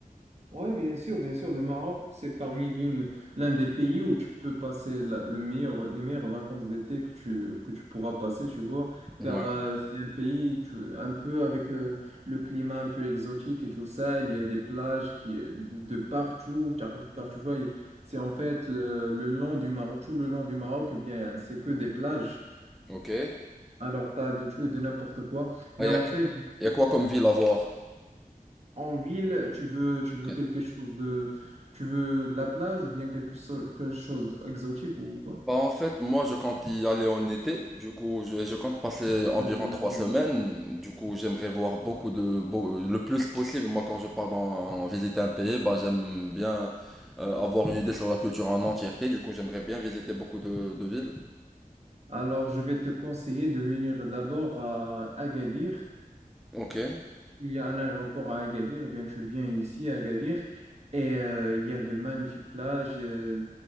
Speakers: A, on the right; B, in the centre.
A: Ouais, bien sûr, bien sûr. Le Maroc, c'est parmi l'une, l'un des pays où tu peux passer la- le meilleur, les meilleures vacances d'été que tu, que tu pourras passer, tu vois,
B: Ouais,
A: car euh, c'est un pays tu, un peu avec euh, le climat un peu exotique et tout ça. Il y a des plages qui, euh, de, de partout, car, car tu vois, il- c'est en fait le, le long du Maroc, tout le long du Maroc, eh bien, c'est que des plages.
B: ok.
A: Alors, tu as de tout et de n'importe quoi. Mais
B: Ah, Il
A: en
B: y a,
A: fait,
B: y a quoi comme ville à voir?
A: En ville, tu veux, tu veux
B: Ok.
A: quelque chose de... Tu veux la plage ou bien quelque, so- quelque chose d'exotique ou quoi?
B: Bah, en fait, moi je compte y aller en été. Du coup, je, je compte passer environ
A: Tu voudrais la
B: trois
A: plage.
B: semaines. Du coup, j'aimerais voir beaucoup de, beau- le plus possible. Moi, quand je pars dans, visiter un pays, bah, j'aime bien euh, avoir une idée sur la culture en entièreté. Du coup, j'aimerais bien visiter beaucoup de, de villes.
A: Alors, je vais te conseiller de venir d'abord à Agadir.
B: Ok,
A: Il y a un aéroport à Agadir, eh bien tu viens ici à Agadir et euh, il y a de magnifiques plages. euh,